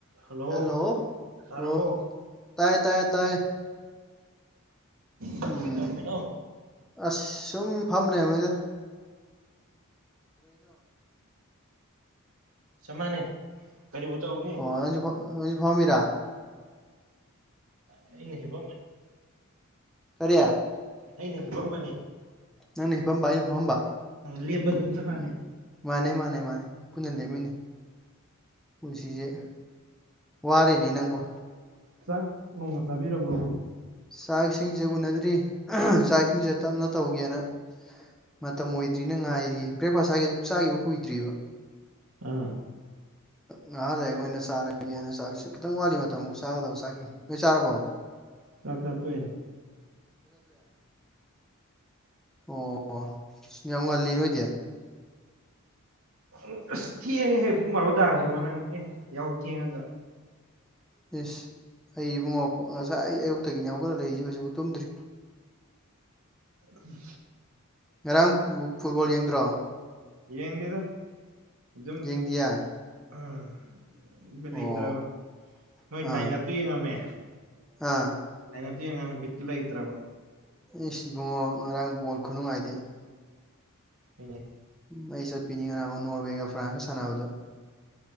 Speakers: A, on the right; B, in the centre.
A: hello
B: hello
A: ꯇꯥꯔꯕꯣ
B: ꯑꯣ ꯇꯥꯏꯌꯦ ꯇꯥꯏꯌꯦ ꯇꯥꯏꯌꯦ
A: ꯀꯔꯤ
B: ꯎꯝ
A: ꯇꯧꯔꯝꯃꯤꯅꯣ
B: ꯑꯁ ꯁꯨꯝ ꯐꯝꯂ ꯃꯣꯏꯗ
A: ꯁꯃꯅꯦ ꯀꯕꯨ ꯇꯅꯤ
B: ꯑꯣ ꯅꯪꯁꯨ ꯅꯪꯁꯨ ꯐꯝꯃꯤꯔꯥ
A: ꯑꯦꯅꯤ ꯍꯕ
B: ꯀꯔꯤꯌꯥ
A: ꯑꯅꯦ ꯀꯝꯕꯅꯦ
B: ꯅꯪꯅ ꯍꯄꯥꯝꯕ ꯑꯩꯅ ꯐꯝꯕ
A: ꯂꯦꯝꯕ ꯑꯗꯨꯝ ꯆꯞ ꯃꯥꯟꯅꯩ
B: ꯎꯝ ꯃꯥꯅꯦ ꯃꯥꯅꯦ ꯃꯥꯅꯦ ꯄꯨꯟꯅ ꯂꯩꯃꯤꯅꯤ ꯄꯨꯟꯁꯤꯁꯦ ꯋꯥꯔꯦꯅꯦ ꯅꯪꯕꯨ
A: ꯆ ꯅꯣꯡꯃ ꯆꯥꯕꯤꯔꯕ꯭ꯔꯣ
B: ꯆꯥꯛ ꯏꯁꯤꯡꯁꯦ ꯎꯅꯗ꯭ꯔꯤ ꯆꯥꯛ ꯏꯁꯤꯡꯁꯦ ꯇꯞꯅ ꯇꯧꯒꯦꯅ ꯃꯇꯝ ꯑꯣꯏꯗ꯭ꯔꯤꯅ ꯉꯥꯏꯔꯤ ꯕ꯭ꯔꯦꯛꯐꯥꯁ ꯍꯥꯏꯒꯦ ꯑꯗꯨꯛ ꯆꯥꯈꯤꯕ ꯀꯨꯏꯗ꯭ꯔꯤꯕ
A: ꯑ
B: ꯉꯍꯥꯟ ꯂꯩꯌꯦꯣꯏꯅ ꯆꯥꯔꯒꯦꯅ ꯆꯁꯨ ꯈꯤꯇꯪ ꯋꯥꯠꯂꯤ ꯃꯇꯝ ꯆꯥꯒꯗꯕ ꯆꯥꯈꯤ ꯅꯣꯏ ꯆꯥꯔꯐꯥꯎ
A: ꯆꯥꯛ ꯆꯥꯛ ꯇꯋ
B: ꯑꯣ ꯁꯤ ꯌꯥꯝ ꯉꯜꯂꯤ ꯅꯣꯏꯗꯤ
A: ꯍ ꯑꯁ ꯊꯦꯡꯑꯦ ꯍꯦꯛ ꯄꯨꯡ ꯃꯥꯣ ꯇꯥꯔꯁꯤꯕꯣ ꯅꯪ ꯑꯦ ꯌꯥꯎ ꯊꯦꯡꯉꯒ
B: ꯏꯁꯁ ꯑꯩ ꯏꯕꯨꯡꯉꯣ ꯉꯁꯥꯏ ꯑꯩ ꯑꯌꯨꯛꯇꯒꯤꯅꯦ ꯍꯧꯒꯠꯂ ꯂꯩꯛꯏꯁꯦ ꯍꯧꯖꯤꯛꯐꯥꯎ ꯇꯨꯝꯗ꯭ꯔꯤ
A: ꯎꯝ
B: ꯉꯔꯥꯡ ꯐꯨꯠꯕꯣꯜ ꯌꯦꯡꯗ꯭ꯔꯣ
A: ꯌꯦꯡꯗꯤꯗ ꯑꯗꯨ ꯑꯗꯨꯝ
B: ꯌꯦꯡꯗꯤꯌꯦ
A: ꯎꯝ
B: ꯑꯣ
A: ꯂꯩꯇ꯭ꯔ ꯅꯣꯏ
B: ꯑꯥ
A: ꯂꯥꯏꯅꯠꯇꯨ ꯌꯦꯡꯉꯝꯃꯦ
B: ꯑꯥ
A: ꯑꯛꯇ ꯌꯦꯅ ꯤꯇꯂ ꯏꯇꯩ꯭ꯔ
B: ꯑꯩ ꯁꯤꯕꯨꯡꯉꯣ ꯉꯔꯥꯡ ꯕꯣꯜ ꯈꯨꯅꯨꯡꯉꯥꯏꯗꯤ
A: ꯑ
B: ꯃꯩ ꯁꯠꯄꯤꯅꯤꯒ ꯅ ꯅꯣꯔꯋꯦꯒ ꯐ꯭ꯔꯥꯟꯁ ꯁꯅꯕꯣ